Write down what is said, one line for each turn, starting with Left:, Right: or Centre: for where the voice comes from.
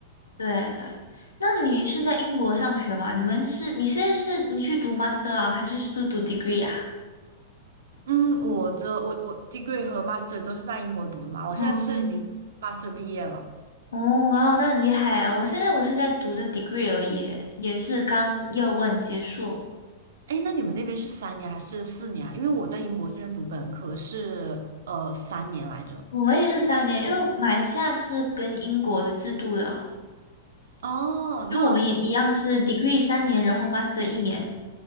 Left: 对对，那你是在英国上学吗？你们是你现在是你去读 master 啊，还是去读 degree 啊？
Right: 嗯，我的我我 degree 和 master 都是在英国读的嘛，我现在是已经
Left: 嗯，
Right: master 毕业了。
Left: 哦，哇哦，那很厉害啊！我现在我是在读的 degree 而已，也是刚 year one 结束。
Right: 哎，那你们那边是三年还是四年啊？因为我在英国这边读本科是呃三年来着。
Left: 我们也是三年，因为马来西亚是跟英国的制度的，
Right: 哦，
Left: 就我们也一样是
Right: 那
Left: degree 三年，然后 master 一年。